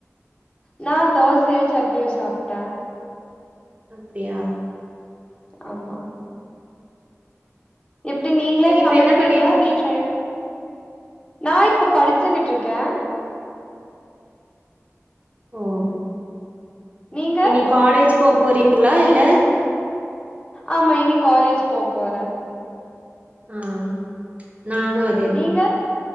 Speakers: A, on the left; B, on the right.
A: நா தோசையு சட்னியு சாப்ட
B: அப்டியா
A: ஆமா எப்டி நீங்களே
B: நீங்க
A: சமைப்பீங்ளா
B: இப்ப என்ன பண்ணிட்டு இருக்கீங்க
A: வீட்ல யாரு நா இப்ப படிச்சுகிட்ருக்கே
B: ஓம்
A: நீங்க
B: இனி காலேஜ் போ போறீங்களா இல்ல
A: ஆமா இனி காலேஜ் போ போற
B: ஆஹ் நானும் அதேதான்
A: நீங்க